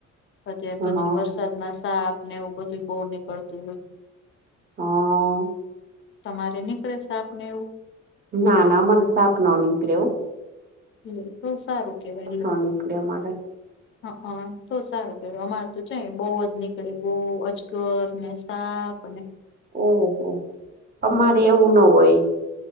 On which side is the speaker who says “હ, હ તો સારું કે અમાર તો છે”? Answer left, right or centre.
Left